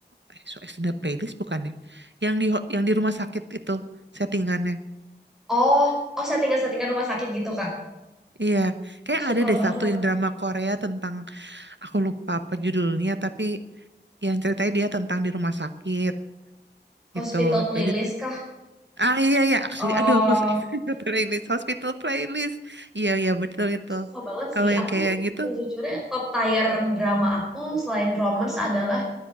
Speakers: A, on the right; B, in the centre.
A: eh, so accidental playlist bukannya? Yang di ho- yang di rumah sakit itu settingannya.
B: oh, oh, settingan-settingan rumah sakit gitu, Kak.
A: Iya, kayak
B: Suka
A: ada deh
B: banget.
A: satu yang drama Korea tentang aku lupa apa judulnya, tapi yang ceritanya dia tentang di rumah sakit gitu.
B: Hospital playlist
A: Jadi
B: kah?
A: ah iya iya, aksi
B: Oh,
A: aduh aku <laughs> playlist hospital playlist. Iya iya betul itu.
B: suka banget
A: Kalau
B: sih.
A: yang
B: Aku
A: kayak gitu,
B: sejujurnya top tier drama aku selain romance adalah